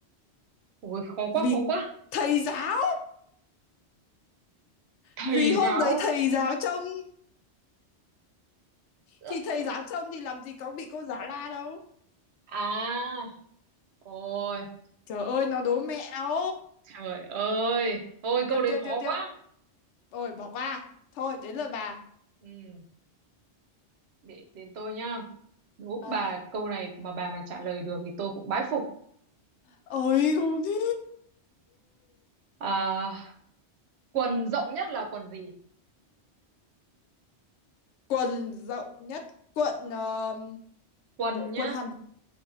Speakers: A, on the right (about 70°); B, on the left (about 85°).
A: Ui, khó quá,
B: vì
A: khó quá.
B: thầy giáo
A: Thầy
B: vì hôm
A: giáo
B: đấy
A: á.
B: thầy giáo trông
A: Ơ,
B: thì thầy
A: nhưng-
B: giáo trông thì làm gì có bị cô giáo la đâu
A: à ôi
B: trời ơi nó đố mẹo
A: trời ơi thôi
B: tiếp
A: câu đấy
B: tiếp
A: khó
B: tiếp tiếp
A: quá
B: ôi bỏ qua thôi đến lượt bà
A: ừ để đến tôi nhá đố
B: ờ
A: bà câu này mà bà mà trả lời được thì tôi cũng bái phục
B: ôi con đi
A: à, quần rộng nhất là quần gì
B: quần rộng nhất quần ờm,
A: quần nhá
B: quần hàn